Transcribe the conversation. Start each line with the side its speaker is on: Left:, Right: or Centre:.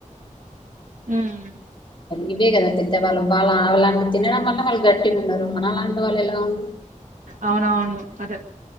Right: ఉమ్.
Left: ఇవే కదా పెద్దవాళ్ళు వాళ్ళ అవ్ ల వా తినడం వల్ల వాళ్ళు గట్టిగున్నారు మన లాంటి వాళ్ళు ఎలా వుం
Right: అవునవును అదే